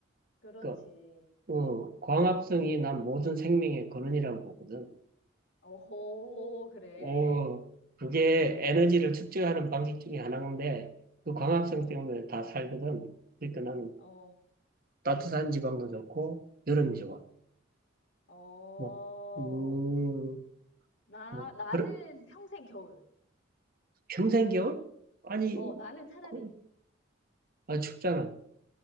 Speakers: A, on the left (about 60°); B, on the right (about 45°).
A: 그렇지.
B: 그러니까, 어, 광합성이 난 모든 생명의 근원이라고 보거든.
A: 오호, 그래.
B: 오, 그게 에너지를 축적하는 방식 중에 하나인데, 그 광합성
A: 어,
B: 때문에 다 살거든. 그러니까 나는
A: 어,
B: 따뜻한 지방도 좋고, 여름이 좋아.
A: 어.
B: 뭐, 음,
A: 나,
B: 뭐,
A: 나는
B: 그래,
A: 평생 겨울.
B: 평생 겨울? 아니,
A: 어, 나는 차라리,
B: 그, 아, 춥잖아.